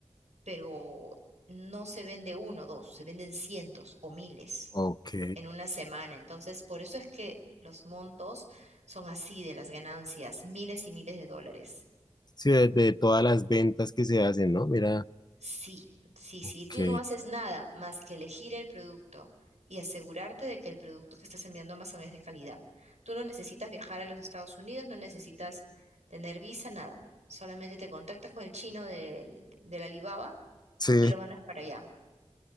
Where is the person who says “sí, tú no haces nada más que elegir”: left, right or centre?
Right